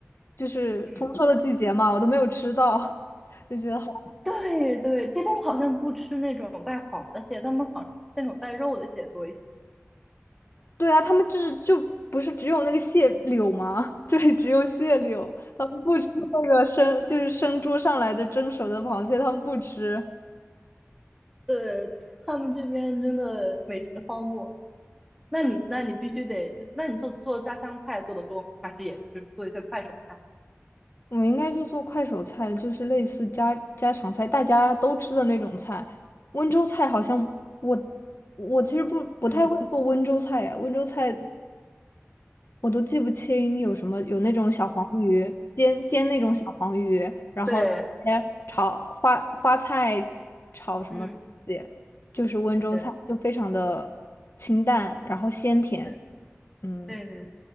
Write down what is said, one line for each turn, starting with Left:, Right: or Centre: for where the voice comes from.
Left: 就是丰收的季节嘛，
Centre: 嗯，
Left: 我都没有吃到，<laughs> 就觉得。好。
Centre: 对对，这边好像不吃那种带黄的蟹，他们好像那种带肉的蟹多一些，
Left: 对啊，他们就是就不是只有那个蟹柳吗？<laughs> 这里只有蟹柳，他们不吃那个生，就是生捉上来的蒸熟的螃蟹，他们不吃。
Centre: 对，他们这边真的美食荒漠。那你那你必须得，那你做做家乡菜做的多吗？还是也就是做一些快手菜？
Left: 我应该就做快手菜，就是类似家家常菜，大家都吃的那种菜。温州菜好像我我其实不不太会做温州菜呀，
Centre: 嗯，
Left: 温州菜我都记不清有什么，有那种小黄鱼，煎煎那种小黄鱼，然后哎炒花花菜炒什么东西，
Centre: 对，嗯，
Left: 就是温州菜，
Centre: 对
Left: 就非常的清淡，然后鲜甜。
Centre: 对。
Left: 嗯
Centre: 对对，